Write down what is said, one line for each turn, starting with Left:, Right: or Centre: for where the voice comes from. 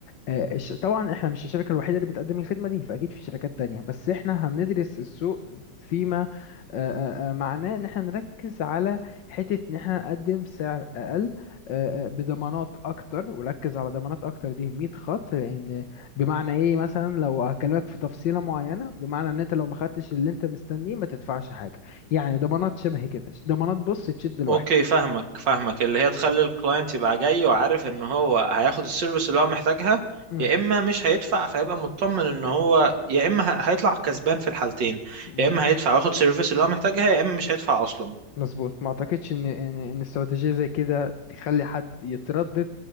Left: آه، الش- طبعا احنا مش الشركة الوحيدة اللي بتقدم الخدمة دي فأكيد في شركات تانية بس احنا هندرس السوق فيما آه، آه، آه، معناه ان احنا نركز على حتة ان احنا نقدم سعر أقل آه، آه، بضمانات أكتر وركز على ضمانات أكتر دي 100 خط لأن بمعنى ايه مثلا لو هكلمك في تفصيلة معينة بمعنى ان انت لو ما خدتش اللي انت مستنيه ما تدفعش حاجة يعني ضمانات شبه كده ضمانات بص تشد الواحد
Right: اوكي فاهمك فاهمك اللي هي تخلي الكلاينت يبقى جاي وعارف ان هو هياخد السيرفيس اللي هو محتاجها
Left: مم،
Right: يا اما مش هيدفع فيبقى مطمن ان هو يا اما ه- هيطلع كسبان في الحالتين
Left: مظبوط
Right: يا اما هيدفع وياخد سيرفيس اللي هو محتاجها يا اما مش هيدفع اصلا
Left: مظبوط ما اعتقدش ان ان ان استراتيجيه زي كده تخلي حد يتردد